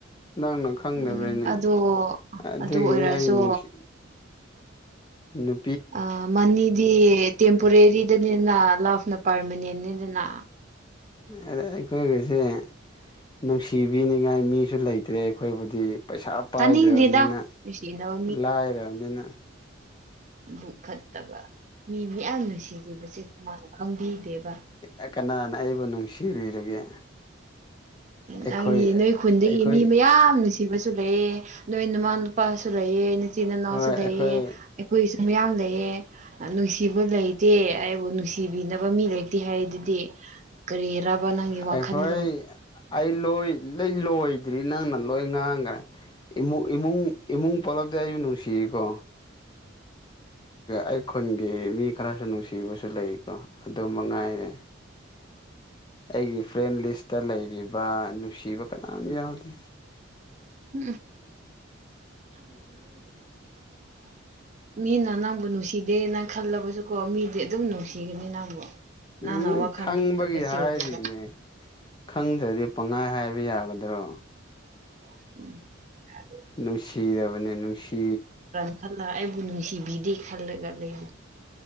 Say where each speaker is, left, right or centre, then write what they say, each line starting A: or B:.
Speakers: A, on the left (about 20°); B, on the right (about 35°).
A: ꯅꯪꯅ ꯈ ꯐꯪꯗꯕꯩꯅꯦ
B: ꯎꯝ ꯑꯗꯣ
A: ꯑꯗꯨꯒꯤꯅꯤ
B: ꯑꯗꯨ ꯑꯣꯏꯔꯁꯨ
A: ꯑꯩ ꯅꯨꯡꯁꯤ ꯅꯨ
B: ꯑ ꯃꯅꯤꯗꯤ ꯇꯦꯝꯄꯣꯔꯦꯔꯤꯗꯅꯤꯅ ꯂꯞꯅ ꯄꯥꯔꯃꯅꯟꯅꯅꯤꯗꯅ
A: ꯑ ꯑ ꯑꯩꯈꯣꯏꯒꯁꯦ ꯅꯨꯡꯁꯤꯕꯤꯅꯤꯡꯉꯥꯏ ꯃꯤꯁꯨ ꯂꯩꯇ꯭ꯔꯦ ꯑꯩꯈꯣꯏꯕꯨꯗꯤ ꯄꯩꯁꯥ ꯄꯥꯏꯗ꯭ꯔꯕꯅꯤꯅ
B: ꯇꯥꯅꯤꯡꯗꯦꯗ ꯅꯨꯡꯁꯤꯅꯕ
A: ꯂꯥꯏꯔꯕꯅꯤꯅ
B: ꯕꯨ ꯐꯠꯇꯕ ꯃꯤ ꯃꯤꯌꯥꯝ ꯅꯨꯡꯁꯤꯜꯂꯤꯔꯤꯕꯁꯦ ꯀꯅꯥꯅ ꯈꯪꯕꯤꯗꯦꯕ
A: ꯑꯦ ꯀꯅꯥꯅ ꯑꯩꯕꯨ ꯅꯨꯡꯁꯤꯕꯤꯔꯒꯦ ꯑꯩꯈꯣꯏ
B: ꯅꯪꯒꯤ ꯅꯣꯏ ꯈꯨꯟꯗꯒꯤ
A: ꯑꯩꯈꯣꯏ
B: ꯃꯤ ꯃꯌꯥꯝ ꯅꯨꯡꯁꯤ ꯊꯤꯕꯁꯨ ꯂꯩꯑ ꯅꯣꯏ ꯃꯃꯥ ꯅꯨꯄꯥꯁꯨ ꯂꯩꯑ ꯏꯆꯤꯟ ꯏꯅꯥꯎꯁꯨ
A: ꯍꯣꯏ
B: ꯂꯩꯑ
A: ꯑꯩꯈꯣꯏ
B: ꯑꯩꯈꯣꯏꯁꯨ ꯃꯌꯥꯝ ꯂꯩꯌꯦ ꯅꯨꯡꯁꯤꯕ ꯂꯩꯇꯦ ꯑꯩꯕꯨ ꯅꯨꯡꯁꯤꯕꯤꯅꯕ ꯃꯤ ꯂꯩꯇꯦ ꯍꯥꯏꯗꯨꯗꯤ ꯀꯔꯤꯔꯕ ꯅꯪꯒꯤ ꯋꯥꯈꯟꯗꯣ
A: ꯑꯩꯈꯣꯏ ꯑꯩ ꯂꯣꯏ ꯂꯩ ꯂꯣꯏꯗ꯭ꯔꯤ ꯅꯪꯅ ꯂꯣꯏ ꯉꯥꯡꯈꯒ꯭ꯔꯦ ꯏꯃꯨꯡ ꯏꯃꯨꯡ ꯏꯃꯨꯡ ꯄꯨꯂꯞꯗꯤ ꯑꯩꯁꯨ ꯅꯨꯡꯁꯤꯌꯦꯀꯣ ꯑꯩ ꯈꯨꯟꯒꯤ ꯃꯤ ꯈꯔꯁꯨ ꯅꯨꯡꯁꯤꯕꯁꯨ ꯂꯩꯀꯣ ꯑꯗꯨ ꯃꯉꯥꯏꯔꯦ ꯑꯩꯒꯤ ꯐ꯭ꯔꯦꯟꯗ ꯂꯤꯁꯇ ꯂꯩꯔꯤꯕ ꯅꯨꯡꯁꯤꯕ ꯀꯅꯥꯝ ꯌꯥꯎꯗꯦ
B: <unintelligible> ꯃꯤꯅ ꯅꯪꯕꯨ ꯅꯨꯡꯁꯤꯗꯦ ꯅꯪ ꯈꯜꯂꯕꯁꯨꯀꯣ ꯃꯤꯗꯤ ꯑꯗꯨꯝ ꯅꯨꯡꯁꯤꯒꯅꯤ ꯅꯪꯕꯨ ꯅꯪꯅ
A: ꯎ
B: ꯋꯥꯈꯜ
A: ꯈꯪꯕꯒꯤ
B: ꯐꯠꯇꯕ ꯆꯦꯜꯂꯒ
A: ꯍꯥꯏꯔꯤꯝꯅꯦ ꯈꯪꯗ꯭ꯔꯗꯤ ꯄꯪꯉꯥꯏ ꯍꯥꯏꯕ ꯌꯥꯒꯗ꯭ꯔꯣ
B: <inaudible>
A: ꯅꯨꯡꯁꯤꯔꯕꯅꯦ ꯅꯨꯡꯁꯤ
B: ꯅꯪꯅ ꯑꯩꯕꯨ ꯅꯨꯡꯁꯤꯕꯤꯗꯦ ꯈꯟꯂꯒꯗꯤ